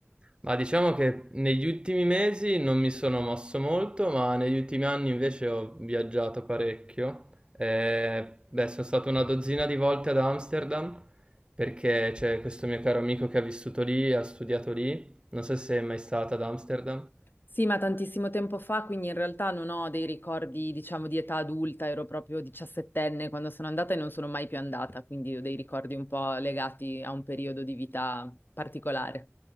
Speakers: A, on the right (about 20°); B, on the left (about 45°).
A: Ma diciamo che negli ultimi mesi non mi sono mosso molto, ma negli ultimi anni invece ho viaggiato parecchio. Eh, beh, sono stato una dozzina di volte ad Amsterdam perché c'è questo mio caro amico che ha vissuto lì, ha studiato lì. Non so se sei mai stata ad Amsterdam.
B: Sì, ma tantissimo tempo fa, quindi in realtà non ho dei ricordi, diciamo, di età adulta, ero proprio diciassettenne quando sono andata e non sono mai più andata, quindi ho dei ricordi un po' legati a un periodo di vita particolare.